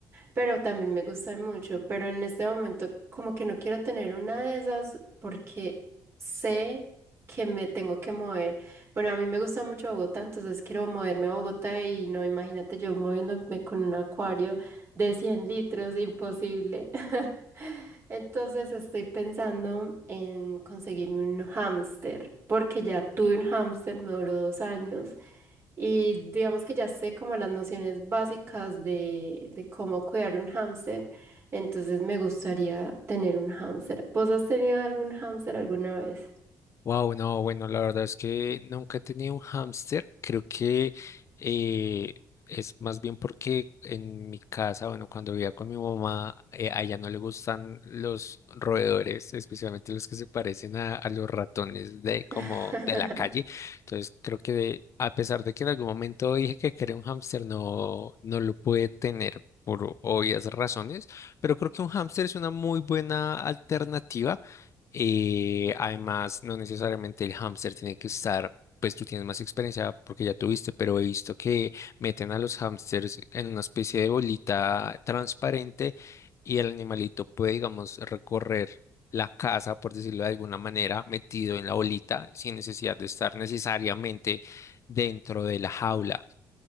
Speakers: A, on the right; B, on the left.
A: Pero también me gustan mucho. Pero en este momento, como que no quiero tener una de esas porque sé que me tengo que mover. Bueno, a mí me gusta mucho Bogotá, entonces quiero moverme a Bogotá y no, imagínate yo moviéndome con un acuario de 100 litros, imposible. <laughs> Entonces estoy pensando en conseguirme un hámster, porque ya tuve un hámster, me duró dos años y digamos que ya sé como las nociones básicas de, de cómo cuidar un hámster, entonces me gustaría tener un hámster. ¿Vos has tenido algún hámster alguna vez?
B: Wow, no, bueno, la verdad es que nunca he tenido un hámster. Creo que eh, es más bien porque en mi casa, bueno, cuando vivía con mi mamá, eh, a ella no le gustan los roedores, especialmente los que se parecen a, a los ratones de como
A: <laughs>
B: de la calle. Entonces, creo que de- a pesar de que en algún momento dije que quería un hámster, no, no lo pude tener. por obvias razones, pero creo que un hámster es una muy buena alternativa y además, no necesariamente el hámster tiene que estar, pues tú tienes más experiencia porque ya tuviste, pero he visto que meten a los hámsters en una especie de bolita transparente y el animalito puede, digamos, recorrer la casa, por decirlo de alguna manera, metido en la bolita sin necesidad de estar necesariamente dentro de la jaula.